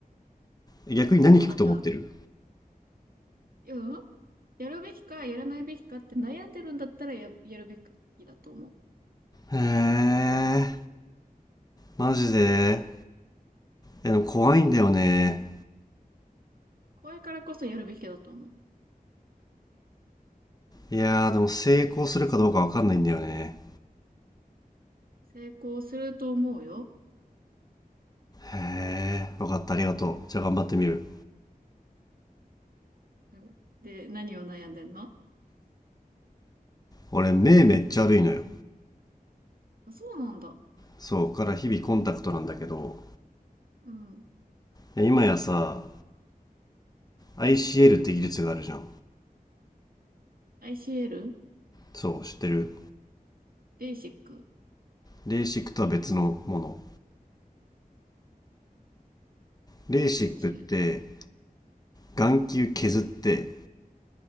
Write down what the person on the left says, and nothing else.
逆に何聞くと思ってる
へえ、マジで。いやでも怖いんだよね。
いやーでも成功するかどうかわかんないんだよね。
へえ、わかった、ありがとう。じゃあ頑張ってみる。
俺目めっちゃ悪いのよ。
そう、から日々コンタクトなんだけど、
いや今やさ、ICL って技術があるじゃん。
そう、知ってる。
レーシックとは別のもの。レーシックって
眼球削って、